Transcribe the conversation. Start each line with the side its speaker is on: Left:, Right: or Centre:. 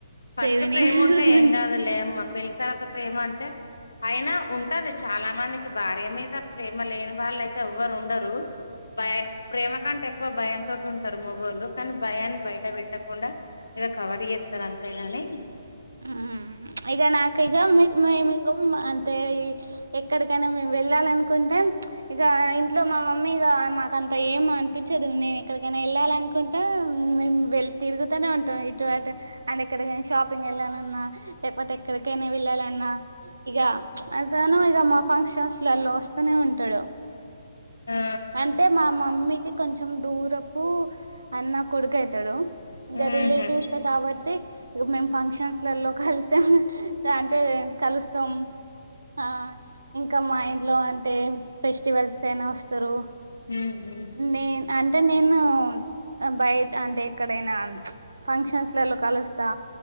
Left: ఫస్ట్
Right: సెవెన్
Left: ప్రేముంటే
Right: ఇయర్స్ నుంచి
Left: ఏం కాదు లేమ్మ పెళ్లి తర్వాత ప్రేమ అంటే అయినా ఉంటది చాలా మందికి భార్య మీద ప్రేమ లేని వాళ్ళయితే ఎవ్వరుండరు భయ ప్రేమ కంటే ఎక్కువ భయంతోటి ఉంటరు మగోళ్ళు కానీ భయాన్ని బయట పెట్టకుండా ఏదో కవర్ చేస్తారంతేగాని
Right: మ్మ్ ఇగ నాకిగ మేమిగా అంటే ఎక్కడికైనా మేము వెళ్ళాలనుకుంటే ఇగా ఇంట్లో మా మమ్మీ ఇగా మాకం అంత ఏమనిపించదు నేనెక్కడికైనా వెళ్ళాలనుకుంటే మేము వెళ తిరుగుతూనే ఉంటాం ఇటు అటు అండ్ ఎక్కడికైనా షాపింగ్ వెళ్ళాలన్నా లేకపోతే ఎక్కడికైనా వెళ్ళాలన్నా ఇగ అ తను ఇక మా ఫంక్షన్స్ లలో వస్తనే ఉంటడు
Left: ఆ
Right: అంటే మా మమ్మీకి కొంచెం దూరపు అన్న కొడుకయితాడు ఇంక
Left: ఉహు
Right: రిలేటివ్స్ ఏ కాబట్టి ఇక మేం ఫంక్షన్స్ల లలో కలిసాం అంటే కలుస్తాం ఆ ఇంకా మా ఇంట్లో అంటే ఫెస్టివల్స్ కయినా వస్తరు
Left: ఉ ఉ
Right: నే అంటే నేను బయట అంటే ఎక్కడైనా ఫంక్షన్స్లలల్లో కలుస్తా